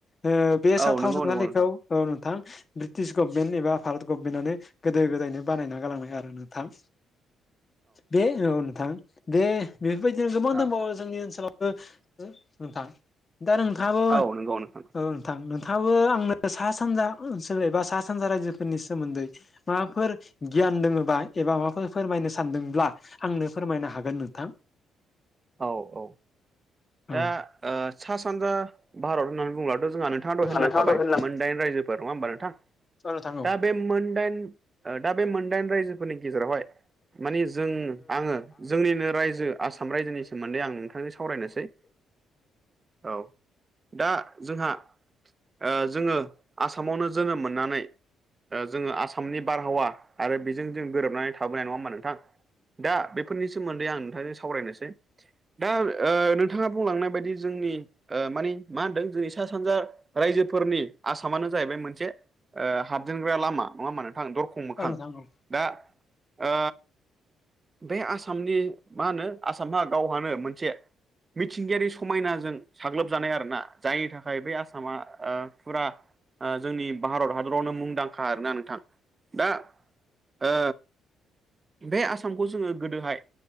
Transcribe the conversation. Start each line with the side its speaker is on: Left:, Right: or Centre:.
Left: ओ बे साथाव
Right: औ नंगौ
Left: जोबलिखौ
Right: नंगौ नोंथां
Left: औ नोंथां। ब्रिटिश गभमेन्ट एबा भारत गभमेन्टआनो गोदो गोदायनो बानायना गालांनाय आरो नोंथां। बे औ नोंथां दे बेफोरबायदिया गोबां
Right: औ
Left: दोंबावो जोंनि ओनसाव बो ओ नोंथां दा नोंथाङाबो
Right: आव नोंगौ नोंथां
Left: औ नोंथां नोंथाङाबो आंनो सा सानजा ओनसोल एबा सा सानजा रायजोफोरनि सोमोन्दै माबाफोर गियान दोङोबा एबा माबाफोर फोरमायनो सानदोंब्ला आंनो फोरमायनो हागोन नोंथां
Right: औ औ
Left: औ
Right: दा ओ सा सानजा भारत होननानै बुंब्लाथ' जोंहा नों थाङा दहाय होनलांखाबाय
Left: नोंथाङा होनलां
Right: मोनदाइन रायजोफोर नङा होमबा नोंथां
Left: औ नोंथां औ
Right: दा बे मोनदाइन ओ दा बे मोनदाइन रायजोफोरनि गेजेरावहाय मानि जों आङो जोंनिनो रायजो आसाम रायजोनि सोमोन्दै आं नोंथांनि सावरायनोसै औ दा जोंहा ओ जोङो आसामावनो जोनोम मोननानै दा जोङो आसामनि बारहावा आरो बिजों जों गोरोबनानै थाबोनाय नङा होमबा नोंथां दा बेफोरनि सोमोन्दै आं नोंथांजों सावरायनोसै दा ओ नोंथाङा बुंलांनाय बायदि जोंनि ओ मानि मा होनदों जोंनि सा सानजा रायजोफोरनि आसामानो जाहैबाय मोनसे ओ हाबजेनग्रा लामा नङा होमबा नोंथां दरख' खं मोखां
Left: नोंथां औ
Right: दा ओ बे आसामनि मा होनो आसामहा गावहानो मोनसे मिथिंगायारि समायनाजों साग्लोबजानाय आरो ना जायनि थाखाय बै आसामा ओ फुरा आ जोंनि भारत हादरावनो मुंदांखा आरोना नोंथां दा ओ बे आसामखौ जोङो गोदोहाय